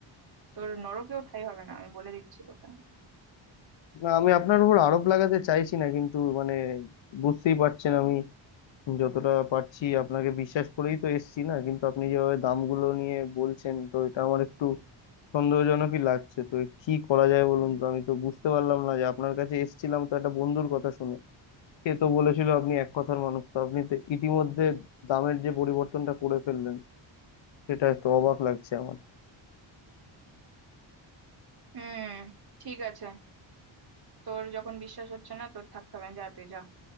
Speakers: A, on the right; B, on the left.
A: তোর নরকেও ঠাঁই হবে না আমি বলে দিচ্ছি তোকে
B: না আমি আপনার উপর আরোপ লাগাতে চাইছি না কিন্তু মানে বুঝতেই পারছেন আমি যতটা পারছি আপনাকে বিশ্বাস করেই তো এসছি না কিন্তু আপনি যেভাবে দামগুলো নিয়ে বলছেন তো এটা আমার একটু সন্দেহজনকই লাগছে তো কি করা যায় বলুন তো আমি তো বুঝতে পারলাম না যে আপনার কাছে এসছিলাম তো একটা বন্ধুর কথা শুনে সে তো বলেছিল আপনি এক কথার মানুষ তো আপনি তো ইতিমধ্যে দামের যে পরিবর্তনটা করে ফেললেন সেটা তো অবাক লাগছে আমার
A: হুম ঠিক আছে তোর যখন বিশ্বাস হচ্ছে না তোর থাকতে হবে না, যা তুই যা